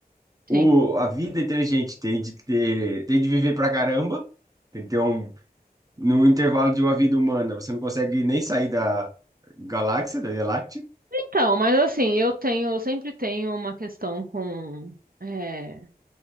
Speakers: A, on the right; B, on the right.
A: sim.
B: O, a vida inteligente tem de ter, tem de viver pra caramba, tem que ter um no intervalo de uma vida humana, você não consegue nem sair da galáxia, da Via Láctea?
A: Então, mas assim, eu tenho, eu sempre tenho uma questão com. é,